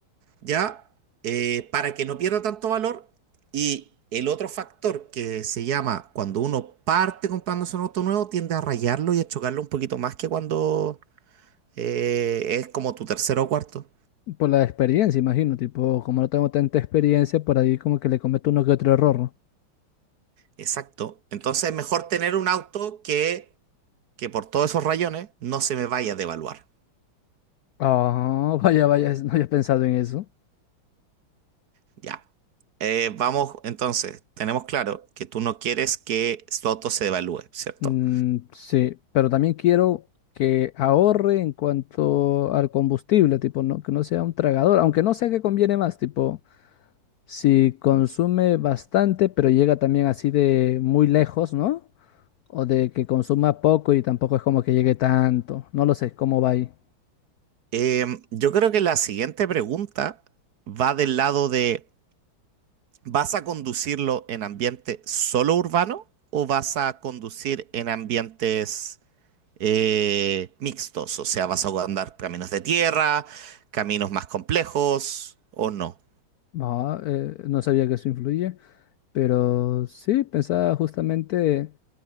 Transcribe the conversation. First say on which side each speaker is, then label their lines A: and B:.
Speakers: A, on the right; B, on the left.
A: ¿ya? Eh, para que no pierda tanto valor. Y el otro factor que se llama cuando uno parte comprándose un auto nuevo, tiende a rayarlo y a chocarlo un poquito más que cuando eh, es como tu tercero o cuarto.
B: Por la experiencia, imagino, tipo, como no tengo tanta experiencia, por ahí como que le cometo uno que otro error, ¿no?
A: Exacto. Entonces es mejor tener un auto que, que por todos esos rayones no se me vaya a devaluar.
B: Ah, <laughs> vaya, vaya, es- no había pensado en eso.
A: Ya. Eh, vamos, entonces, tenemos claro que tú no quieres que su auto se devalúe, ¿cierto?
B: Mm, sí, pero también quiero que ahorre en cuanto al combustible, tipo, no, que no sea un tragador, aunque no sea que conviene más, tipo, si consume bastante, pero llega también así de muy lejos, ¿no? O de que consuma poco y tampoco es como que llegue tanto, no lo sé, ¿cómo va ahí?
A: Em, yo creo que la siguiente pregunta va del lado de, ¿vas a conducirlo en ambiente solo urbano o vas a conducir en ambientes eh, mixtos? O sea, ¿vas a andar caminos de tierra, caminos más complejos o no?
B: Ah, eh, no sabía que eso influye, pero sí, pensaba justamente...